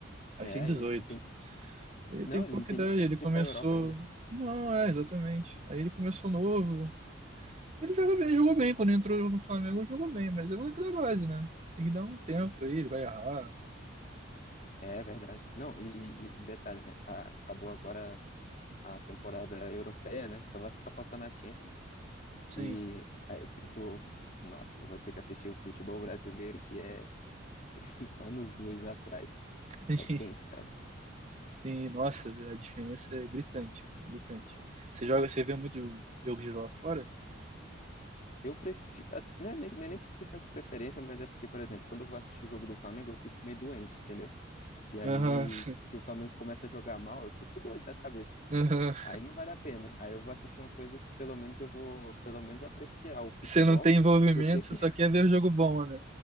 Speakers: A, on the right; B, on the left.
A: Aí
B: É
A: tem 18.
B: isso, não tem...
A: Ele
B: Não,
A: tem pouca
B: ele não tem
A: idade,
B: nem tempo
A: ele
B: de
A: começou.
B: ir pra Europa ainda.
A: Não, é, exatamente. Aí ele começou novo. Ele joga bem, jogou bem. Quando entrou no Flamengo, ele jogou bem, mas é aquela base, né? Tem que dar um tempo aí, ele vai errar.
B: É é verdade. Não, e, e detalhe, né? a- Acabou agora a temporada europeia, né? Só vai ficar faltando a Champions.
A: Sim.
B: E aí eu fico, nossa, eu vou ter que assistir o futebol brasileiro que é <laughs> anos-luz atrás.
A: <laughs>
B: É tenso, cara.
A: Sim, nossa, a diferença é gritante, cara, gritante. Você joga, você vê muito jogo de lá fora?
B: Eu prefiro. Não é nem não é nem por questão de preferência, mas é porque, por exemplo, quando eu vou assistir o jogo do Flamengo, eu fico meio doente, entendeu? E aí,
A: Aham, <laughs>
B: se o Flamengo começa a jogar mal, eu fico doido da cabeça.
A: aham.
B: Aí não vale a pena. Aí eu vou assistir uma coisa que pelo menos eu vou, pelo menos apreciar o futebol
A: Você não tem envolvimento,
B: do que ficar.
A: você só quer ver o jogo bom, né?